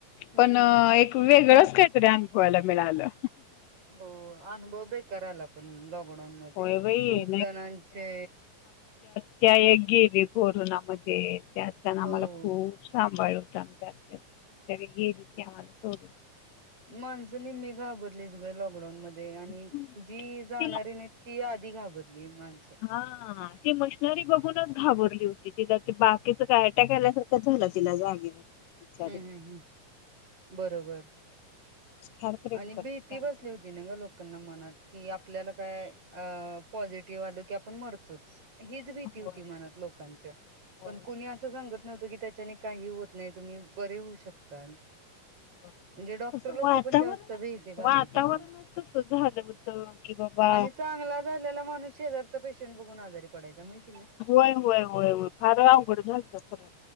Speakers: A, on the right (about 45°); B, on the left (about 80°).
A: हम्म
B: पण एक वेगळंच कायतरी अनुभवायला मिळालं
A: हो अनुभव बेकार आला पण लॉ ओडानमध्ये
B: होय बाई
A: खूप जणांचे
B: त्या एक गेली कोरोनामध्ये त्यात त्याण
A: हो
B: आम्हाला खूप सांभाळ चांगली आत्या बिचारी गेली की आम्हाला सोडून
A: माणसं निम्मी घाबरलीच ग लॉ ओडानमध्ये
B: सोडून
A: आणि जी जाणारी
B: तिला
A: न्हईत ती आधी घाबरली माणसं
B: हा ती मशनरी बघूनच घाबरली होती तिला ते बाकीच काय आट्याक आल्यासारखं झालं तिला जागेवर बिचारी
A: हम्म हम् हम् बरोबर
B: फार प्रेम
A: आणि
B: करत
A: भीती
B: होती आमच्यावर
A: बसली होती ना ग लोकांना मनात की आपल्याला काय पॉझिटिव्ह आलो की आपण मरतोच हीच भीती होती
B: होय
A: मनात लोकांच्या
B: होय
A: पण
B: होय होय
A: कोणी असं सांगत नव्हत की त्याच्या काही होत नाही तुम्ही बरे होऊ शकतान
B: होय
A: म्हणजे डॉक्टर
B: तसं
A: लोक
B: वातावरणच
A: पण जा च भिती घालायचे
B: वातावरणच
A: ग
B: तसं झालं होतं की बाबा
A: आणि चांगला झालेला मानुस शेजारचा पेशंट बघून आजारी पडायचा मा
B: होय होय होय होय फार आवघड झालत खर